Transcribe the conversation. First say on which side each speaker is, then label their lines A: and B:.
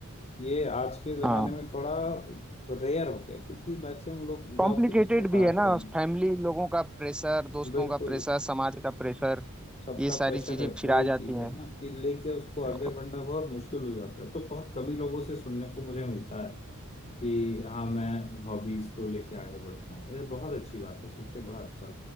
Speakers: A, on the left (about 30°); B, in the centre.
A: ये आज के जमाने
B: हाँ
A: में थोड़ा रेयर हो गया क्योंकि मैक्सिमम लोग
B: कॉम्प्लिकेटेड
A: जॉब के पीछे
B: भी
A: भाग
B: है ना
A: रहे हैं
B: फैमिली लोगों का प्रेशर दोस्तों
A: बिल्कुल
B: का प्रेशर समाज का प्रेशर
A: सबका
B: ये सारी
A: प्रेशर
B: चीजें
A: है तो
B: फिर
A: वही
B: आ जाती
A: चीज
B: हैं
A: है ना कि लेके उसको
B: बिल्कुल
A: आगे बढ़ना बहुत मुश्किल हो जाता है तो बहुत कम ही लोगों से सुनने को मुझे मिलता है कि हाँ मैं हॉबीज को लेके आगे बढ़ रहा हूँ ये बहुत अच्छी बात है सुन के बड़ा अच्छा